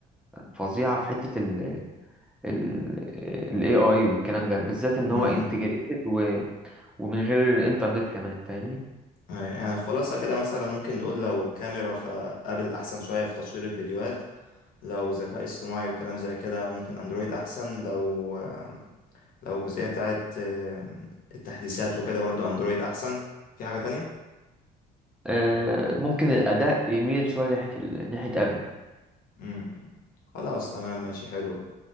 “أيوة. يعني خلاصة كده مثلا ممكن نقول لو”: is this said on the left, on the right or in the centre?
Left